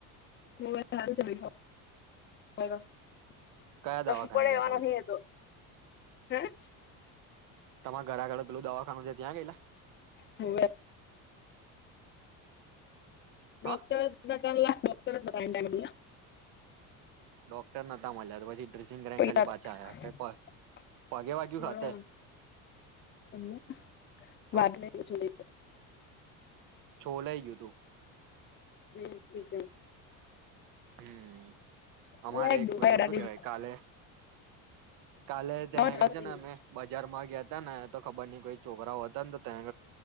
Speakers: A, on the left; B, on the right.
A: <inaudible> કશું
B: કયા દવાખાને ગયા તા પછી
A: <inaudible>
B: તમારે ઘરે આગળ પેલું દવાખાનું છે ત્યાં ગયેલા?
A: <unintelligible> ડોક્ટર
B: હા
A: <unintelligible> <inaudible>
B: ડોક્ટર નતા મયલા તો પછી ડ્રેસિંગ
A: <inaudible>
B: કરાઈને ખાલી પાછા આવ્યા પગે વાગ્યું ખાતે તો છોલાઈ ગયું તું.
A: <inaudible>
B: હમ્મ. અમારે
A: અલા ડોહા
B: એક પેલું
A: અડા
B: શું
A: દે
B: કેવાય
A: ડોહા
B: કાલે-કાલે ત્યાં
A: ચાલતો
B: આગળ છે ને
A: નહી.
B: અમે બજાર માં ગયા તા ને તો ખબર નઈ કોઈ છોકરાઓ હતા ને તેણ